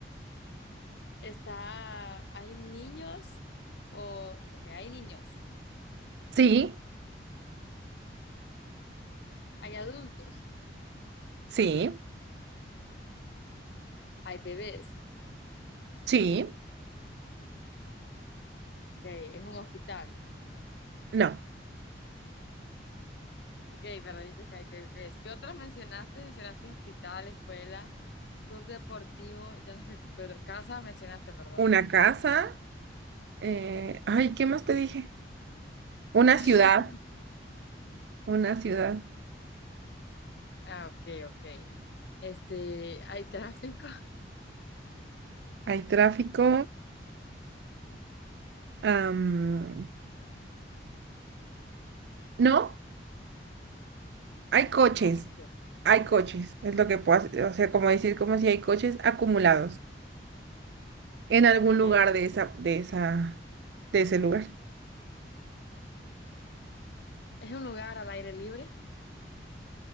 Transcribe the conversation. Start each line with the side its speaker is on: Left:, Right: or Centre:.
Left: Está, hay niños o, ok, hay niños,
Right: Sí,
Left: hay adultos,
Right: sí,
Left: hay bebés,
Right: sí,
Left: ok, es un hospital,
Right: no.
Left: ok, pero dices que hay bebés. ¿Qué otros mencionaste? Mencionaste hospital, escuela, club deportivo, ya no recuerdo, casa mencionaste, ¿verdad?
Right: Una casa. eh, ay, ¿qué más te dije? Una
Left: <laughs>
Right: ciudad, una ciudad.
Left: Ah, ok, ok. Este, ¿hay tráfico? <laughs>
Right: Hay tráfico. am, no, hay coches.
Left: No, ok,
Right: Hay coches, es lo que puedo hacer. O sea, como decir, como si hay coches acumulados en algún
Left: ok.
Right: lugar de esa, de esa, de ese lugar.
Left: ¿Es un lugar al aire libre?